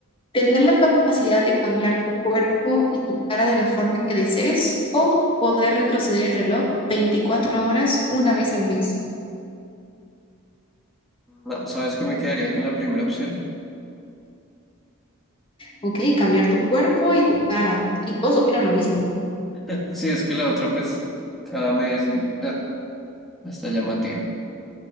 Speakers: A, on the left; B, in the centre.
A: Tener la capacidad de cambiar tu cuerpo y tu cara de la forma que desees o poder retroceder el reloj 24 horas una vez al mes.
B: No, ¿sabes que me quedaría con la primera opción?
A: Ok, cambiar tu cuerpo y tu cara. Y todos opinan lo mismo.
B: <laughs> Sí, es que la otra, pues, cada mes y... No, está llamativa.